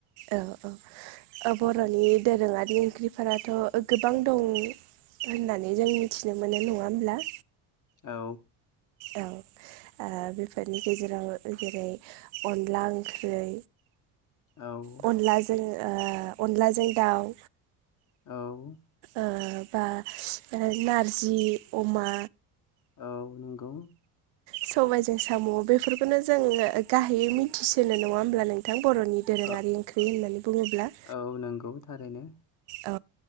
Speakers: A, on the right; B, on the left.
A: औ औ बर'नि दोरोङारि ओंख्रिफोराथ गोबां दं होननानै जों मिथिनो मोनो नङा होमब्ला
B: औ
A: ओं बेफोरनि गेजेराव जेरै अनला ओंख्रि
B: औ
A: अनलाजों अनलाजों दाउ
B: औ
A: ओ बा नारजि अमा
B: औ नंगौ
A: सबायजों साम बेफोरखौनो जोङो गाहायै मिथिसिनो नङा होमब्ला नों थां बर'नि दोरोङारि
B: ओ
A: ओंख्रि होननानै बुङोब्ला
B: औ नंगौ थारैनो
A: औ